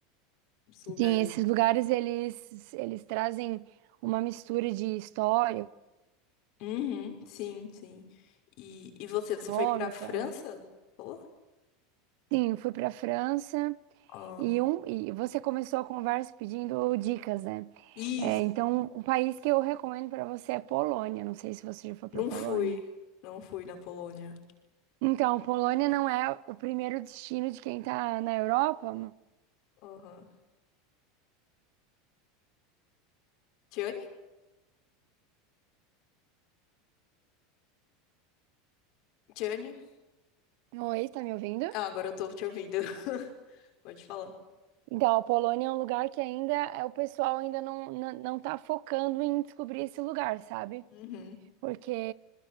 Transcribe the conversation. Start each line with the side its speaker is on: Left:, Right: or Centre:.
Left: Os lugares.
Right: sim, esses lugares eles eles trazem uma mistura de história,
Left: Uhum, sim, sim. E, e você, você
Right: econômica.
Left: foi pra França? Falou?
Right: Sim, fui para a França.
Left: Ah,
Right: E, um, e você começou a conversa pedindo dicas, né?
Left: isso,
Right: É, então, um país que eu recomendo para você é Polônia. Não sei se você já foi para
Left: não
Right: Polônia.
Left: fui. Não fui na Polônia.
Right: Então, Polônia não é o primeiro destino de quem tá na Europa.
Left: Aham. Johnny? Johnny?
Right: Oi, tá me ouvindo?
Left: Ah, agora eu tô te ouvindo. <laughs> Pode falar.
Right: Então, a Polônia é um lugar que ainda é o pessoal ainda não, não, não tá focando em descobrir esse lugar, sabe?
Left: Uhum.
Right: Porque